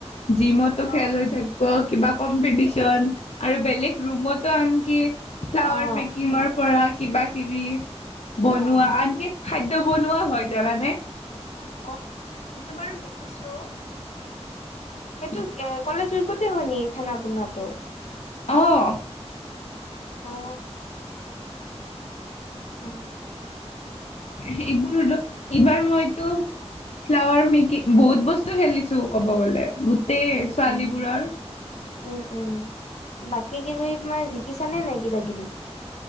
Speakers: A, on the left; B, on the left.
A: জিমত
B: অ'।
A: - খেল হৈ থাকিব, কিবা কম্পিটিচন আৰু বেলেগ ৰুমতো আনকি - ফ্লাৱাৰ
B: অ',
A: মেকিঙৰ পৰা কিবা কিবি - বনোৱা,
B: অ',
A: আনকি খাদ্য বনোৱা হয় জানানে?
B: অ, সেইটো বাৰু দেখিছো। সেইটো এ কলেজ উইকতে হয় নেকি খানা বনোৱাটো?
A: অঁ।
B: অ। আচ্ছা।
A: সেইবোৰ টো, এইবাৰ মইতো - ফ্লাৱাৰ মেকিং বহুত বস্তু খেলিছো ক'ব গ'লে। গোটেই
B: উম,
A: ছোৱালীবোৰৰ
B: উম। ওম ওম। বাকী কিবি তোমাৰ জিকিছানে নাই কিবা কিবি?